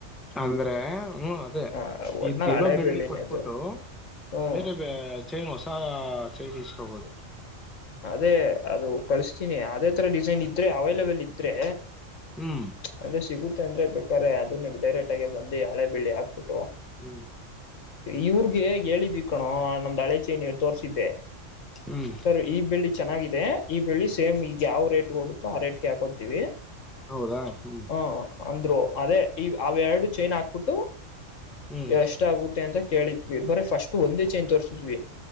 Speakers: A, in the centre; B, on the left.
A: ಅಂದ್ರೆ ಹ್ಮ ಅದೇ
B: ಹ
A: <unintelligible>
B: ಒಟ್ನಲ್ಲಿ
A: ಇರೋ
B: ಹಳೆ
A: ಬೆಳ್ಳಿ
B: ಬೆಳ್ಳಿನೇ
A: ಕೊಟ್ಬಿಟ್ಟು
B: ಅದು ಹ್ಮ್
A: ಬೇರೆ ಚೈನ್ ಹೊಸ ಚೈನೀಸ್ ತಕೊಬಹುದು
B: ಅದೇ ಅದು ಕಳಸ್ತೀನಿ ಅದೇ ತರ ಡಿಸೈನ್ ಇದ್ರೆ ಅವೈಲಬಾಲ್ ಇದ್ರೆ
A: ಹ್ಮ್
B: ಅದ ಸಿಗ <unintelligible> ಅಂದ್ರೆ ಬೇಕಾದ್ರ ಅದು ನೀವು ಡೈರೆಕ್ಟ್ ಆಗೇ ಬಂದಿ ಹಳೆ ಬೆಳ್ಳಿ ಹಾಕ್ಬಿಟ್ಟು
A: ಹ್ಮ್
B: ಇವ್ರಗೆ ಹೇಳಿದ್ವಿ ಕಣೋ ನಮ್ದು ಹಳೆ ಚೈನ್ ತೋರ್ಸಿದ್ದೆ
A: ಹ್ಮ್
B: ಸರ್ ಈ ಬೆಳ್ಳಿ ಚೆನ್ನಾಗಿದೆ ಈ ಬೆಳ್ಳಿ ಸೇಮ್ ಈಗ ಯಾವ ರೇಟ್ ಕೊಡುತ್ತ ಆ ರೇಟ್ಗೆ ಹಾಕೊತೀವಿ
A: ಹೌದಾ ಹ್ಮ್
B: ಹ ಅಂದ್ರು <unintelligible> ಅದೇ ಈ ಅವೆರಡು ಚೈನ್ ಹಾಕ್ಬಿಟ್ಟು
A: ಹ್ಮ್
B: ಎಷ್ಟ ಆಗುತ್ತೆ ಅಂತ ಕೇಳಿದ್ವಿ ಬರೀ ಫಸ್ಟ್ ಒಂದೇ ಚೇಂಜ್ ತೋರ್ರಿಸಿದ್ವಿ